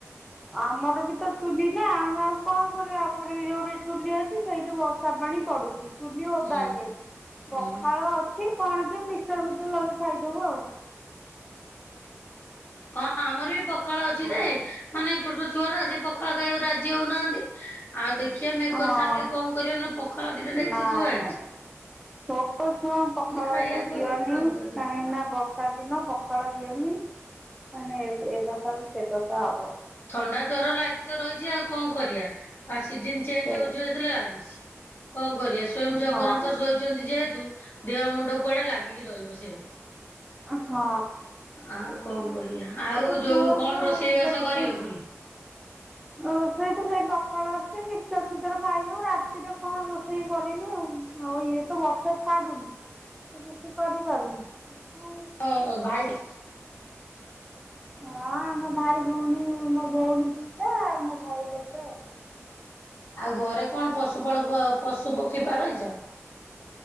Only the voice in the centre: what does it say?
ଆମର ବି ତ ଚୁଲି ନା ଆମେ ଆଉ କଣ କରିବା ଆମର ବି ଯୋଉଠି ଚୁଲି ଅଛି ସେଇଠି ବର୍ଷ। ବର୍ଷା ପାଣି ପଡୁଛି। ଚୁଲି ଓଦା
ହେଇଯାଇଛି
ପଖାଳ ଅଛି କଣ ଟିକେ ମିକ୍ସ ଚର ଫିକଚର ଲଗେଇଖାଇଦବୁ ଆଉ।
ହଁ
ହଁ
ନାଇଁ
ନାଇଁ ଛୋଟ ଛୁଆଙ୍କୁ ପଖାଳ
ହେରିକା ଦିଅନି
କାହିଁର୍କି ନା ବର୍ଷା। କାହିଁକିନା ପଖାଳ ଦିଅନି ମାନେ ଏ ଦଶାରୁ ସେ ଦଶା ହବ।
ସେ
ହଁ
ଅ ହଁ।
ଏବେ
ଛୁଆକୁ
ଦେଖୁଛନ୍ତି
ରୋଷେଇ ତ ସେଇ ପଖାଳ ଅଛି। ମିଶ୍ଚର ଫିଶ୍ଚର ଖାଇଦେବୁ ରାତିରେ କଣ ରୋଷେଇ କରିବି ଆଉ। ହଉ ଇଏ ତ ବର୍ଷା ଛାଡୁନି ତ କିଛି କରିପାରୁନି।
ହଁ ଆମ ଭାଇ ଭଉଣୀ ମୋ ଭଉଣୀ ଦୁଇଟା ଆଉ ମୋ ଭାଇ ଗୋଟେ ଆଉ।